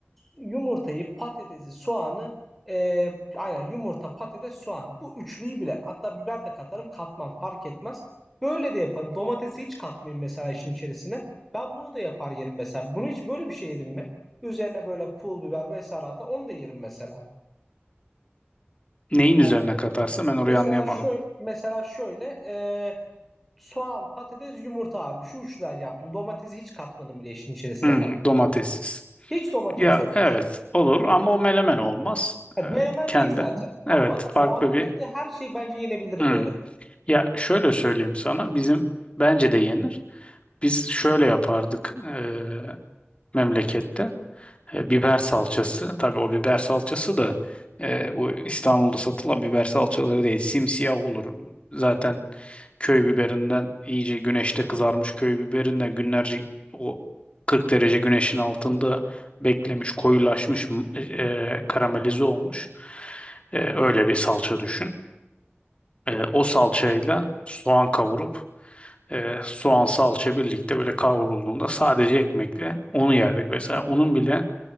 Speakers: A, in the centre; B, on the left (about 30°).
A: yumurtayı patatesi soğanı e, aynen yumurta patates soğan bu üçlüyü bile hatta biber de katarım katmam fark etmez. Böyle de yaparım. Domatesi hiç katmayayım mesela işin içerisine. Ben bunu da yapar yerim mesela. Bunu hiç böyle bir şey yedim mi? Üzerine böyle pul biber vesaire atar. Onu da yerim mesela.
B: Neyin üzerine
A: Yani
B: katarsa ben orayı
A: mesela
B: anlayamadım.
A: şöyle mesela şöyle e, soğan, patates, yumurta abi. Şu üçten yaptım. Domatesi hiç katmadım bile işin içerisine
B: Hmm,
A: bak.
B: domatessiz.
A: Hiç domates
B: Ya
A: yok
B: evet
A: mesela.
B: olur ama o melemen olmaz.
A: Yani
B: Ee,
A: menemen
B: kendin
A: değil zaten. Ama
B: evet
A: bak soğanın
B: farklı bir
A: girdiği her şey bence yenebilir
B: Hmm.
A: böyle.
B: Ya şöyle söyleyeyim sana bizim bence de yenir. Biz şöyle yapardık ee, memlekette. e, biber salçası. Tabii o biber salçası da e, bu İstanbul'da satılan biber salçaları değil. Simsiyah olur. Zaten köy biberinden iyice güneşte kızarmış köy biberinden günlerce o 40 derece güneşin altında beklemiş, koyulaşmış, m- e, karamelize olmuş. E, öyle bir salça düşün. E, o salçayla soğan kavurup e, soğan salça birlikte böyle kavrulduğunda sadece ekmekle onu yerdik mesela. Onun bile